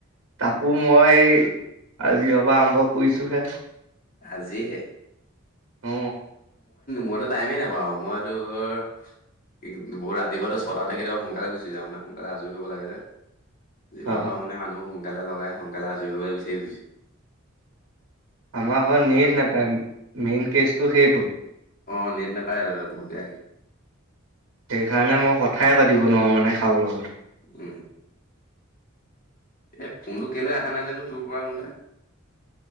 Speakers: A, on the right; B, on the left.
A: তাকো মই আজিৰৰ পৰা আৰম্ভ কৰিছোহে।
B: আজি হে।
A: অ
B: মইতো টাইমেই নাপাওঁ। মই তোৰ কি বহু ৰাতি পুৱাটো ছটাতে কেতিয়াবা সোনকালে গুচি যাওঁ, মানে সোনকালে আজৰি হ'ব লাগে যে। যিমান
A: অ
B: পাৰো মানে মানুহ সোনকালে লগাই, সোনকালে আজৰি কৰিব বিচাৰি ফুৰিছোঁ।
A: আমাৰ ঘৰত নেট নাপায় মেইন কেচটো সেইটো।
B: অ নেট নাপায় তাতে বহুত বেয়া।
A: সেইকাৰণে মই কথাই পাতিব নোৱাৰো মানে কাৰো লগত।
B: উম। এ ফোনটো কেলে অহা নাই জানো তোৰ পৰা মোলে।